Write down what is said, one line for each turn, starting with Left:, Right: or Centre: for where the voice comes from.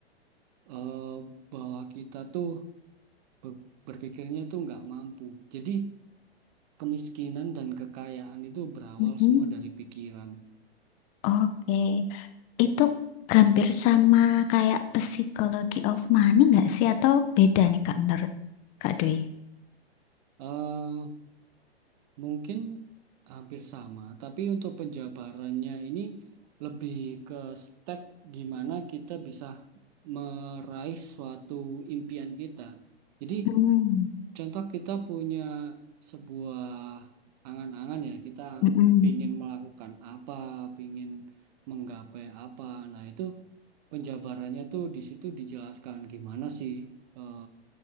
Right: eh, bahwa kita tuh be- berpikirnya tuh nggak mampu. Jadi kemiskinan dan kekayaan itu berawal
Left: mm-mm.
Right: semua dari pikiran.
Left: Oke, Itu hampir sama kayak Psychology of Money nggak sih? Atau beda nih Kak menurut Kak Dwi?
Right: Eh, Mungkin hampir sama, tapi untuk penjabarannya ini lebih ke step gimana kita bisa meraih suatu impian kita. Jadi,
Left: Hmm,
Right: contoh kita punya sebuah angan-angan ya, kita
Left: mm-mm.
Right: pingin melakukan apa, pingin menggapai apa. Nah, itu penjabarannya tuh di situ dijelaskan gimana sih eh,